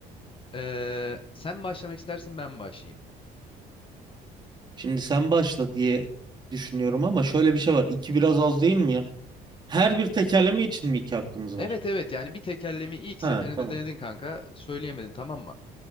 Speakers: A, on the left; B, on the right.
A: E, sen başlamak istersin ben başlayayım.
B: Şimdi sen başla diye düşünüyorum ama şöyle bir şey var. İki biraz az değil mi ya? Her bir tekerleme için mi iki hakkımız
A: Evet
B: var?
A: evet yani bir tekerlemi ilk seferinde
B: Ha tamam.
A: denedin kanka söyleyemedin tamam mı?